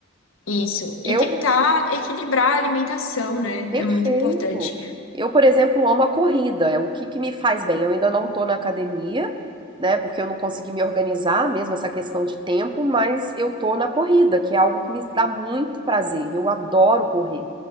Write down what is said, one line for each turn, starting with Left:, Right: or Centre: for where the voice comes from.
Left: isso.
Right: Eu
Left: E tentar equilibrar a alimentação, né?
Right: Perfeito.
Left: É muito importante.
Right: Eu, por exemplo, amo a corrida. É o que que me faz bem. Eu ainda não estou na academia, né? Porque eu não consegui me organizar mesmo essa questão de tempo, mas eu tô na corrida, que é algo que me dá muito prazer. Eu adoro correr.